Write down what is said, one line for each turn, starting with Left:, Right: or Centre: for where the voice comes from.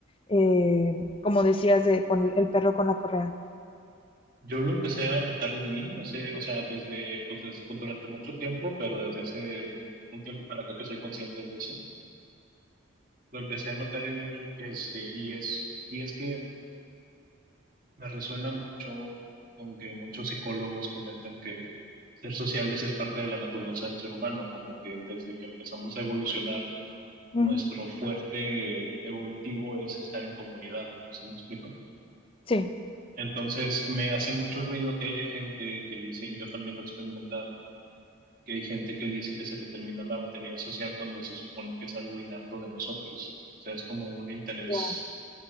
Left: eh, como decías, de, con el perro con la correa?
Right: Yo lo empecé a notar en mí hace, o sea, desde, pues des- pues, durante mucho tiempo, pero desde hace un tiempo para acá que soy consciente de eso. Lo empecé a notar en mí, este, y es, y es que me resuena mucho con que muchos psicólogos comentan que ser sociables es parte de la naturaleza del ser humano, como que desde que empezamos a evolucionar,
Left: Ujú,
Right: nuestro fuerte evolutivo es estar en comunidad. ¿Sí me explico?
Left: Sí.
Right: Entonces, me hace mucho ruido que haya gente que dice, y yo también lo he experimentado que hay gente que dice que se le termina la batería social cuando se supone que es algo innato de nosotros. O sea, es como un interés.
Left: Ya,